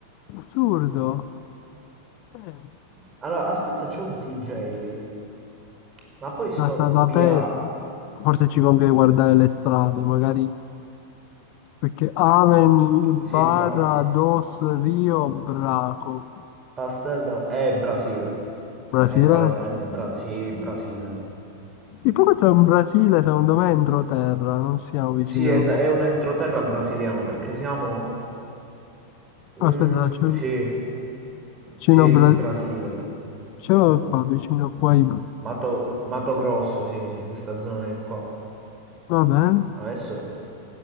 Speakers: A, on the left (about 45°); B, on the right (about 25°).
A: Assurdo. Eh,
B: Allora, aspetta, c'è un TJ lì. Ma poi sto
A: casa da
B: BA.
A: pesca. Forse ci conviene guardare le strade, magari perché Amen,
B: Sì,
A: Barra,
B: infatti.
A: Dos, Rio, Braco.
B: Pastel da... È Brasile.
A: Brasile?
B: È palesemente Bra- sì, Brasile.
A: Sì, poi questo è un Brasile, secondo me, entroterra, non siamo vicini
B: Sì,
A: al
B: esa-
A: mondo.
B: è un entroterra brasiliano perché siamo... Mm,
A: Aspetta, c'è
B: sì,
A: vicino
B: sì,
A: Bra-
B: sì, Brasile.
A: c'era qua, vicino qua, i-
B: Mato, Mato Grosso, sì, sì, questa zona di qua.
A: va bene.
B: Adesso,